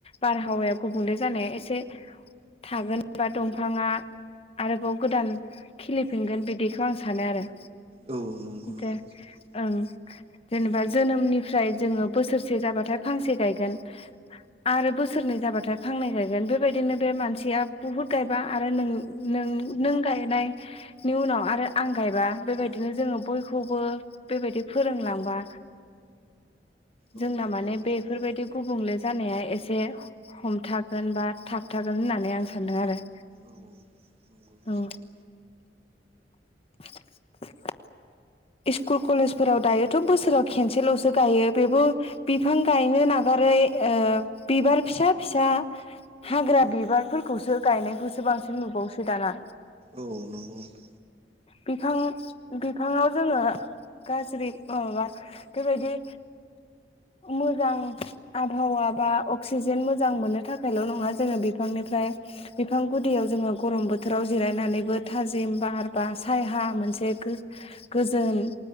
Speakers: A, on the left; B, on the right.
A: बारहावाया गुबुंले जानाया एसे थागोनबा दंफाङा आरोबाव गोदान खिलिफिनगोन बिदिखौ आं सानो आरो
B: औ नंगौ नोंथां
A: दे
B: सैथो
A: ओं जेनेबा जोनोमनिफ्राय जोङो बोसोरसे जाबाथाय फांसे गायगोन आरो बोसोरनै जाबाथाय फांनै गायगोन बेबायदिनो बे मानसिया बुहुद गायबा आरो नों नों नों गायनायनि उनाव आरो आं गायबा बेबायदिनो जोङो बयखौबो बेबायदि फोरोंलांबा
B: औ
A: जोंना माने
B: नंगौ
A: बेफोरबायदि
B: नोंथां
A: गुबुंले जानाया एसे हमथागोन बा थाबथागोन होननानै आं सान्दों आरो।
B: औ नंगौ
A: औ
B: सैथो
A: <inaudible> इस्कुल कलेजफोराव दायोथ' बोसोराव खेनसेल'सो गायो बेबो बिफां गायनो नागारै ओ बिबार फिसा फिसा हाग्रा बिबारफोरखौसो गायनायखौसो बांसिन नुबावसै दाना।
B: औ नंगौथ'।
A: बिफां बिफाङाव जोङो गाज्रि ओ माबा बेबायदि मोजां आबहावा बा अक्सिजेन मोजां मोननो थाखायल' नङा जोङो बिफांनिफ्राय बिफां गुदियाव जोङो गरम बोथोराव जिरायनानैबो थाजिम बार बा सायहा मोनसे गो-गोजोन